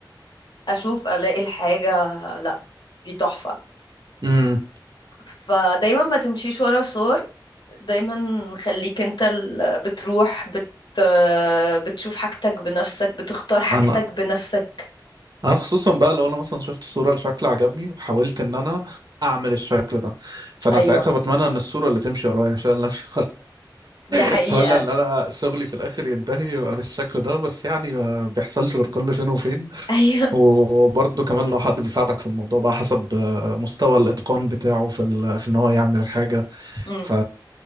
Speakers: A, on the left; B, on the right.
A: اشوف الاقي الحاجة لا دي تحفة
B: امم
A: فدايما ما تمشيش ورا صور دايما خليك انت ال- بتروح بت آه، بتشوف حاجتك بنفسك بتختار حاجتك
B: انا
A: بنفسك
B: أنا خصوصا بقى لو انا مثلا شفت صورة لشكل عجبني وحاولت ان انا اعمل الشكل ده فانا
A: ايوه
B: ساعتها بتمنى ان الصورة اللي تمشي ورايا مش انا اللي امشي
A: دي حقيقة
B: اتمنى ان انا شغلي في الاخر ينتهي يبقى بالشكل ده بس يعني ما بيحصلش غير كل فين وفين
A: <laughs> ايوه
B: وبرضه كمان لو حد بيساعدك في الموضوع بقى حسب آه، مستوى الاتقان بتاعه في ال... في ان هو يعمل الحاجه
A: أمم.
B: ف